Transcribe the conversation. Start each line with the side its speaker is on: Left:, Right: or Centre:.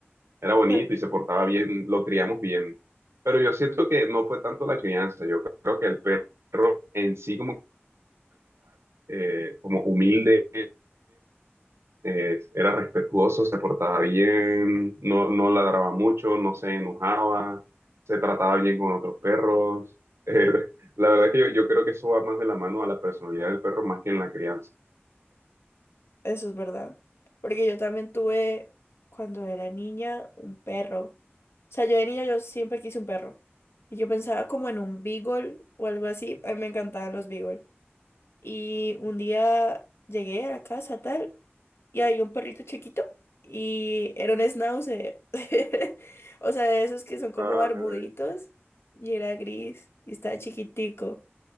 Right: Era bonito
Left: pero-
Right: y se portaba bien, lo criamos bien. Pero yo siento que no fue tanto la crianza, yo creo que el perro en sí como, eh, como humilde eh, era respetuoso, se portaba bien, no, no ladraba mucho, no se enojaba, se trataba bien con otros perros. Eh, <laughs> la verdad es que yo, yo creo que eso va más de la mano a la personalidad del perro más que en la crianza.
Left: Eso es verdad. Porque yo también tuve, cuando era niña, un perro. O sea, yo de niña yo siempre quise un perro. Y yo pensaba como en un beagle o algo así. A mí me encantaban los beagle. Y un día llegué a la casa tal y había un perrito chiquito y era un schnauzer. <laughs> O sea, de esos que son como
Right: Ay,
Left: barbuditos y era gris y estaba chiquitico.